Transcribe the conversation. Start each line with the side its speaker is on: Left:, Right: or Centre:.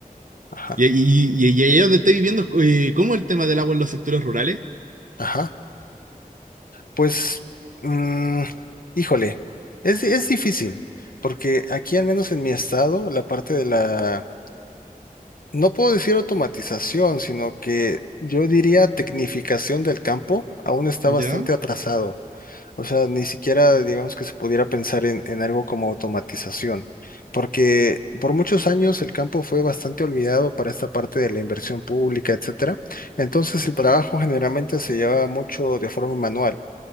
Left: ajá,
Right: y, y, y, y allá donde estoy viviendo, eh, ¿cómo es el tema del agua en los sectores rurales?
Left: ajá. Pues, mm, híjole, es, es difícil, porque aquí al menos en mi estado, la parte de la No puedo decir automatización, sino que yo diría tecnificación del campo aún está
Right: ¿Ya?
Left: bastante atrasado. O sea, ni siquiera digamos que se pudiera pensar en, en algo como automatización, porque por muchos años el campo fue bastante olvidado para esta parte de la inversión pública, etcétera. Entonces el trabajo generalmente se lleva mucho de forma manual